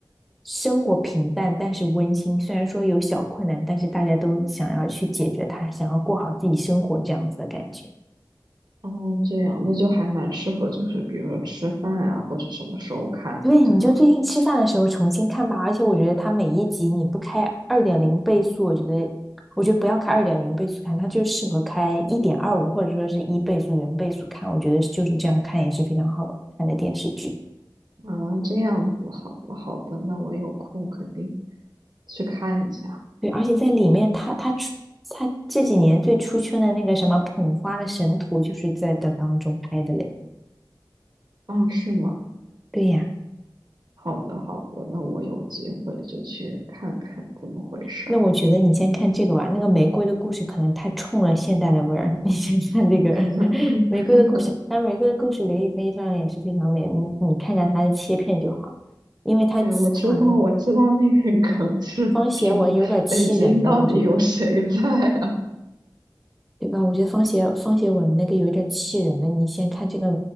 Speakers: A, in the centre; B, on the right (about 60°).
A: 生活平淡，但是温馨。虽然说有小困难，但是大家都想要去解决它，想要过好自己生活这样子的感觉。
B: 哦这样，那就还蛮适合就是比如说吃饭啊或者什么时候看的，
A: 对，
B: 对吧？
A: 你就最近吃饭的时候重新看吧。而且我觉得它每一集你不开二点零倍速，我觉得，我觉得不要开二点零倍速看，它就适合开一点二五或者说是一倍速、原倍速看。我觉得就是这样看也是非常好看的电视剧。
B: 啊，这样子，好的好的，那我有空肯定去看一下。
A: 对，而且在里面他他出它这几年最出圈的那个什么捧花的神图，就是在这当中拍的嘞。
B: 哦，是吗？
A: 对呀。
B: 好的，好的，那我有机会就去看看怎么回事儿。
A: 那我觉得你先看这个吧，那个玫瑰的故事可能太冲了现代的味儿。<laughs> 你先看这个
B: <laughs>
A: <laughs> 玫瑰的故事，当然玫瑰的故事，刘亦菲当然也是非常美，你你看一下她的切片就好了，因为她她好像
B: 对，我知道，我知道那个梗是什么，
A: 方协文有点气人的，
B: 北京到底有谁在啊？
A: 我觉得，对吧？我觉得方协方协文那个有点气人的，你先看这个